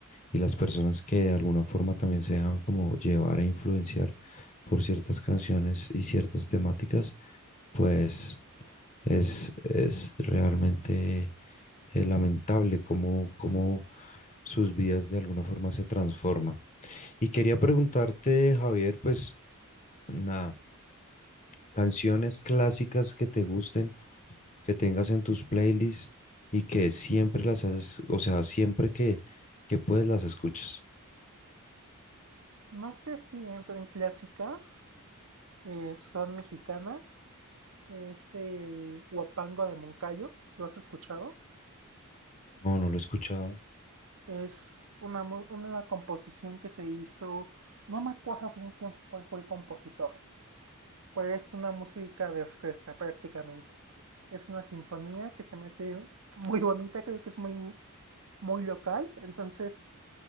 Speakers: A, on the left; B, on the right.
A: y las personas que de alguna forma también se dejan como llevar e influenciar por ciertas canciones y ciertas temáticas, pues es, es realmente eh, lamentable cómo, cómo sus vidas de alguna forma se transforman. Y quería preguntarte, Javier, pues nada, canciones clásicas que te gusten que tengas en tus playlists y que siempre las hayas, o sea, siempre que, que puedes las escuchas.
B: No sé si entran clásicas, eh, son mexicanas, es el Huapango de Moncayo, ¿lo has escuchado?
A: No, no lo he escuchado.
B: Es una, mu- una composición que se hizo, no me acuerdo bien quién- cuál fue el compositor, Pero es una música de orquesta prácticamente. Es una sinfonía que se me hace muy bonita, creo que es muy, muy local. Entonces,